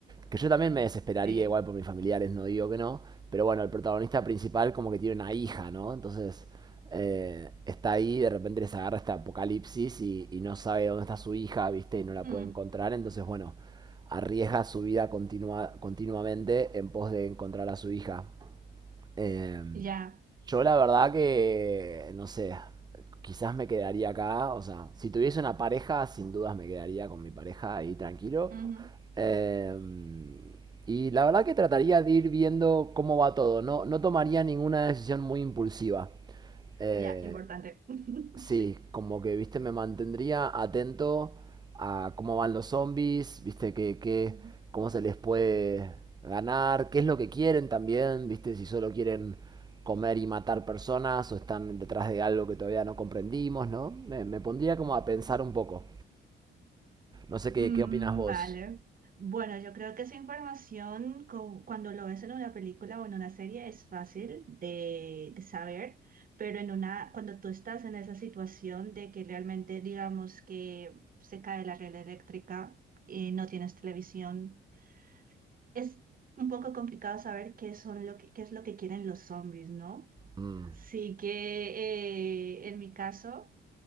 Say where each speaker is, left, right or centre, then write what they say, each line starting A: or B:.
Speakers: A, on the right (about 20°); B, on the right (about 45°).
A: Que yo también me desesperaría
B: Sí.
A: igual por mis familiares, no digo que no. Pero bueno, el protagonista principal como que tiene una hija, ¿no? Entonces eh, está ahí, de repente les agarra este apocalipsis y, y no sabe dónde está su hija, ¿viste? Y no la
B: Mm.
A: puede encontrar. Entonces, bueno, arriesga su vida continua- continuamente en pos de encontrar a su hija. Eh,
B: Ya.
A: yo la verdad que, no sé, quizás me quedaría acá, o sea, si tuviese una pareja, sin dudas me quedaría con mi pareja ahí tranquilo.
B: Ujú.
A: Eh, y la verdad que trataría de ir viendo cómo va todo, no, no tomaría ninguna decisión muy impulsiva. Eh,
B: Ya, importante. <laughs>
A: Sí,
B: Sí.
A: como que, viste, me mantendría atento a cómo van los zombies, viste, que, que-
B: Ujú.
A: cómo se les puede ganar, qué es lo que quieren también, viste, si solo quieren comer y matar personas o están detrás de algo que todavía no comprendimos, ¿no? Me, me pondría como a pensar un poco. No sé qué,
B: Mm,
A: qué opinas vos.
B: vale. Bueno, yo creo que esa información, cu- cuando lo ves en una película o en una serie, es fácil de, de saber, pero en una, cuando tú estás en esa situación de que realmente, digamos, que se cae la red eléctrica y no tienes televisión, es un poco complicado saber qué son lo que, qué es lo que quieren los zombies, ¿no?
A: Mm,
B: Sí que eh, en mi caso.